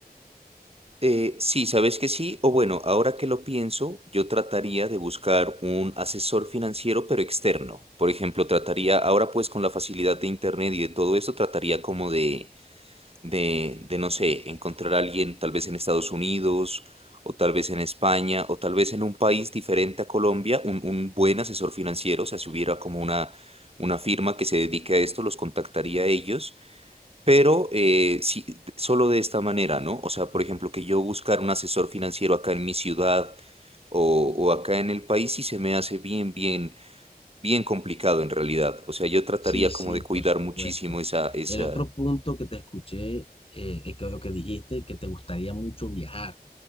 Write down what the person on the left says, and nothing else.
Sí, sí,
por supuesto.
El otro punto que te escuché, eh, eh, que, lo que dijiste, que te gustaría mucho viajar.